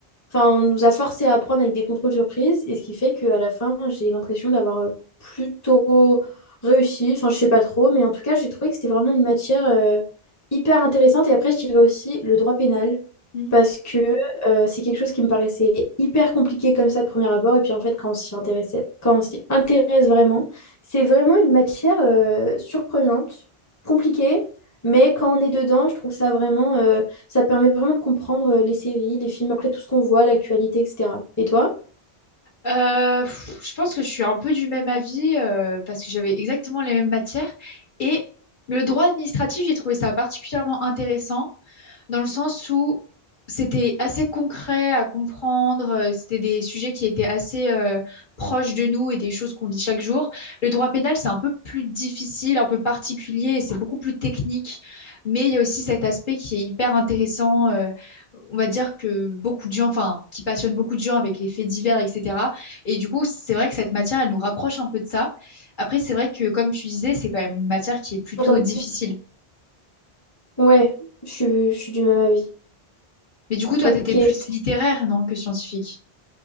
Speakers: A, on the left (about 15°); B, on the left (about 50°).
A: Enfin, on nous a forcé à apprendre avec des contrôles surprises, et ce qui fait qu'à la fin, j'ai l'impression d'avoir euh, plutôt réussi. Enfin, je sais pas trop, mais en tout cas, j'ai trouvé que c'était vraiment une matière euh, hyper intéressante. Et après, je dirais aussi le droit pénal,
B: Hmm.
A: parce que euh, c'est quelque chose qui me paraissait hyper compliqué comme ça de premier abord. Et puis en fait, quand on s'y intéressait, quand on s'y intéresse vraiment, c'est vraiment une matière euh, surprenante, compliquée, mais quand on est dedans, je trouve ça vraiment. euh, ça permet vraiment de comprendre euh, les séries, les films, après tout ce qu'on voit, l'actualité, etc. Et toi?
B: Euh, pff, je pense que je suis un peu du même avis euh, parce que j'avais exactement les mêmes matières. Et le droit administratif, j'ai trouvé ça particulièrement intéressant dans le sens où c'était assez concret à comprendre, euh, c'était des sujets qui étaient assez euh, proches de nous et des choses qu'on vit chaque jour. Le droit pénal, c'est un peu plus difficile, un peu particulier, et c'est beaucoup plus technique, mais il y a aussi cet aspect qui est hyper intéressant, euh, on va dire que beaucoup de gens, enfin, qui passionne beaucoup de gens avec les faits divers, etc. Et du coup, c'est vrai que cette matière, elle nous rapproche un peu de ça. Après, c'est vrai que, comme tu disais, c'est quand même une matière qui est plutôt
A: Attends,
B: difficile.
A: Ouais, je suis, je suis du même avis.
B: Mais du coup, toi,
A: Ok.
B: tu étais plus littéraire, non, que scientifique.